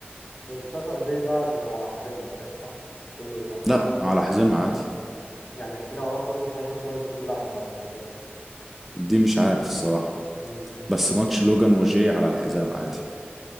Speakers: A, on the left (about 50°); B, in the centre.
A: الساتردي ده بيبقى على حزامة وكده صح؟ يعني كله ماتشات
B: لا على حزام عادي
A: يعني سينا وارتروس عشان شفت ناس بتقول لا مش على الحزام
B: دي مش عارف الصراحة
A: مم.
B: بس ماتش لوجان وجاي على الحزام عادي